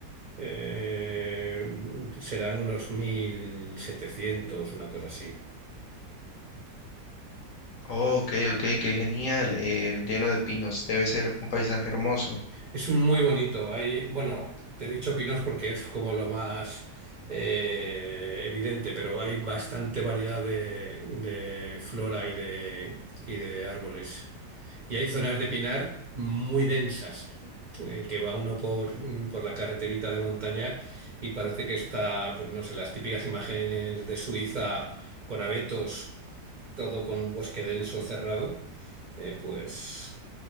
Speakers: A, on the right; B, on the left.
A: eh, serán unos 1700 una cosa así.
B: Oh, ok, ok, qué genial. eh, lleno de pinos. Debe ser un paisaje hermoso.
A: Es un muy bonito. Hay, bueno, te he dicho pinos porque es como lo más eh, evidente, pero hay bastante variedad de, de flora y de, y de árboles. Y hay zonas de pinar muy densas, eh, que va uno por, por la carreterita de montaña y parece que está, pues no sé, las típicas imágenes de Suiza con abetos todo con un bosque denso cerrado, eh, pues